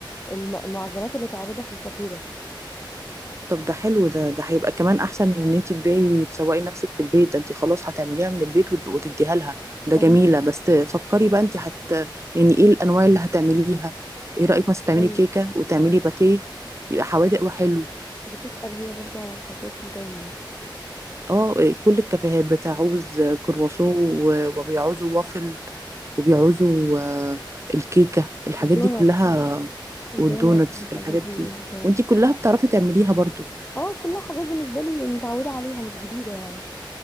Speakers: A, on the left (about 20°); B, on the right (about 35°).
A: الم- المعجنات اللي تعرضها في الكافيه ده
B: طب ده حلو ده ده هيبقى كمان احسن من ان انت تبيعي تسوقي نفسك في البيت ده انت خلاص هتعمليها من البيت وت- وتديها لها ده
A: قالت
B: جميلة
A: لي
B: بس فكري بقى انت هت يعني ايه الانواع اللي هتعمليها ايه رأيك مثلا تعملي
A: ايوه
B: كيكة وتعملي باتيه يبقى حوادق وحلو
A: بتسأل هي برضو على الحاجات دي دايما
B: اه كل الكافيهات بتعوز كرواسون و- وبيعوزوا وافل وبيعوزوا آه، الكيكة الحاجات
A: الدوناتس
B: دي كلها
A: الدوناتس
B: والدونتس
A: والحاجات
B: الحاجات
A: دي وال-
B: دي وانت كلها بتعرفي تعمليها برضو
A: اه كلها حاجات بالنسبة لي متعودة عليها مش جديدة يعني